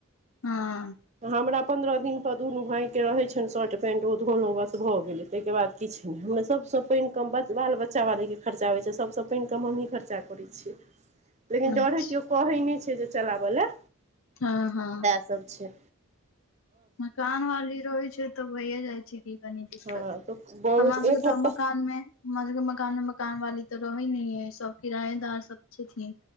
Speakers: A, on the left; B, on the right.
A: हँ।
B: हमरा पन्द्रह दिनपर दुनू भायके रहैत छनि शर्ट पैंट ओ धोलो बस भऽ गेलै ताहिके बाद किछु नहि हमरा सबसँ पानि कम बाल बच्चावालीके खर्चा होइ छै सभसँ पानि कम हमहीँ खर्चा करैत छियै, लेकिन
A: अच्छा
B: डरै केओ कहै नहि छै जे चलाबय लए
A: हँ हँ।
B: सब छै।
A: मकान वाली रहै छै तऽ होहिए जाइ छै कि कनी दिक्कत
B: हँ तऽ बहुत
A: हमरा सबके
B: एक
A: तऽ
B: हफ्ता
A: मकान हमर सबके मकानो मकान वाली तऽ रहै नहि है सब किरायेदार सब अच्छे ी